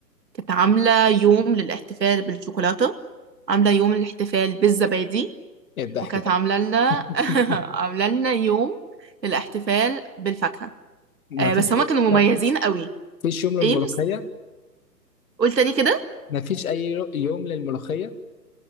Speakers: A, on the right; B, on the left.
A: كانت عاملة يوم للاحتفال بالشوكولاتة عاملة يوم للاحتفال بالزبادي
B: ايه الضحك
A: وكانت
B: ده
A: عاملة لنا
B: <laughs>
A: <laughs> عاملة لنا يوم للاحتفال بالفاكهة
B: ما
A: أه
B: فيش
A: بس هما كانوا
B: طب،
A: مميزين قوي
B: مفيش يوم للملوخية
A: ايه مس قول تاني كده
B: مفيش اي يو- يوم للملوخيه